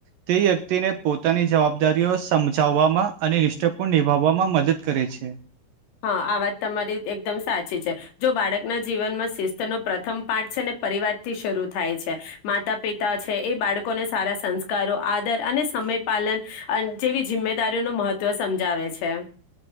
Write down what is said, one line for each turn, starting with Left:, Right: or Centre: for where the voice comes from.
Right: તે વ્યક્તિને પોતાની જવાબદારીઓ સમજ ચાવવામાં, અને નિષ્ઠાપૂર્ણ નિભાવવામાં મદદ કરે છે.
Left: હા આ વાત તમારી એકદમ સાચી છે. જો બાળકના જીવનમાં શિસ્તનો પ્રથમ પાઠ છે ને પરિવારથી શરૂ થાય છે. માતા પિતા છે, એ બાળકોને સારા સંસ્કારો આદર અને સમય પાલન અ જેવી જિમ્મેદારીઓનું મહત્વ સમજાવે છે.